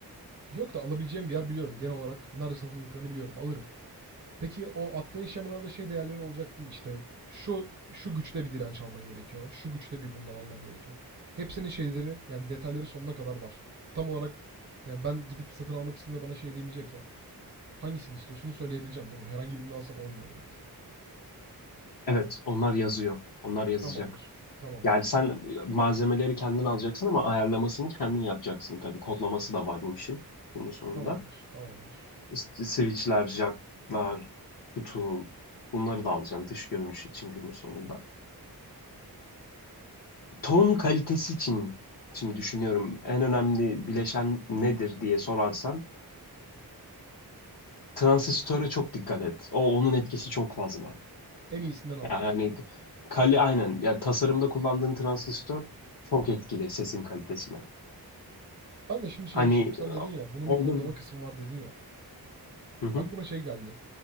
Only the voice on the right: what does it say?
Yok da alabileceğim bir yer biliyorum. Genel olarak nerede satıldıklarını biliyorum. Alırım. Peki o attığın şemalarda şey değerleri olacak değil mi? İşte şu şu güçte bir direnç alman gerekiyor. Şu güçte bir bundan alman gerekiyor. Hepsinin şeyleri yani detayları sonuna kadar var. Tam olarak yani ben gidip satın almak istediğimde bana şey demeyecek ya. Hangisini istiyorsunuz söyleyebileceğim değil mi? Herhangi birini alsam olmuyor direkt.
Tamamdır. Tamamdır.
Tamamdır. Tamamdır.
En iyisinden al
diyorsun.
Ben de şimdi şey
düşündüm. Sen dedin ya bunun
bir kodlama kısmı var dedin ya.
Aklıma şey geldi.